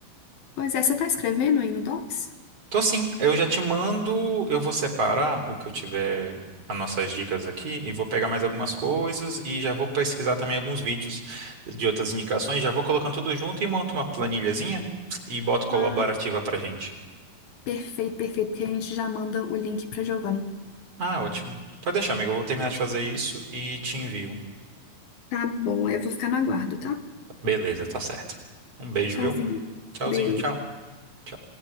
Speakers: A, on the left (about 70°); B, on the right (about 40°).
A: Pois é, você tá escrevendo aí no Docs?
B: Tô sim. Eu já te mando, eu vou separar o que eu tiver, as nossas dicas aqui, e vou pegar mais algumas coisas e já vou pesquisar também alguns vídeos de outras indicações, já vou colocando tudo junto e monto uma planilhazinha e boto colaborativa
A: Ah,
B: pra gente.
A: perfeito, perfeito, porque a gente já manda o link pra Giovana.
B: Ah, ótimo. Pode deixar, amigo. Eu vou terminar de fazer isso e te envio.
A: Tá bom, aí eu vou ficar no aguardo, tá?
B: Beleza, tá certo. Um beijo,
A: Tchauzinho.
B: viu? Tchauzinho,
A: Beijo.
B: tchau. Tchau.